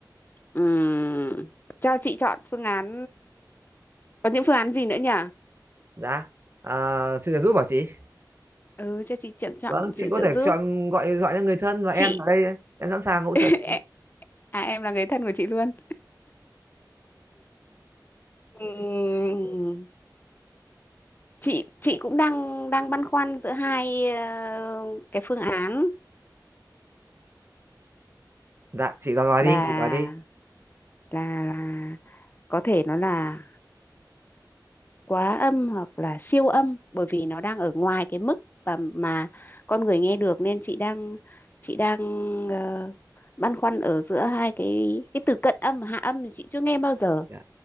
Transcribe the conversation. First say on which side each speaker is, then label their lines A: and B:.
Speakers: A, on the left (about 25°); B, on the right (about 35°).
A: Ừm, cho chị chọn phương án có những phương án gì nữa nhỉ
B: dạ à, xin được giúp bảo chị
A: ừ cho chị chọn chọn
B: vâng chị
A: sự
B: có
A: trợ
B: thể
A: giúp
B: chọn gọi gọi cho người thân và
A: chị
B: em ở đây em sẵn sàng hỗ
A: <laughs>
B: trợ chị
A: à em là người thân của chị luôn Ừm, chị chị cũng đang đang băn khoăn giữa hai ờ, cái phương án
B: dạ chị gọi gọi
A: là
B: đi chị gọi đi
A: là là có thể nó là quá âm hoặc là siêu âm bởi vì nó đang ở ngoài cái mức và mà con người nghe được nên chị đang chị đang ờ, băn khoăn ở giữa hai cái cái từ cận âm và hạ âm thì chị chưa nghe bao giờ
B: dạ.